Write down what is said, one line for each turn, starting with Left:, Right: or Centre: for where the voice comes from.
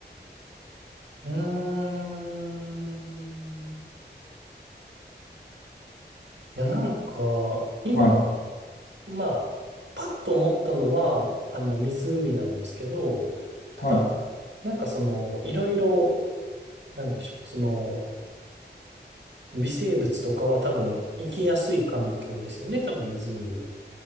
Right: うーん。いや、なんか、今、
Left: はい。
Right: まあ、パッと思ったのは、あの、湖なんですけど、ただ、
Left: はい。
Right: なんかその、いろいろ、なんでしょう、その、微生物とかは多分、生きやすい環境ですよね、多分湖は。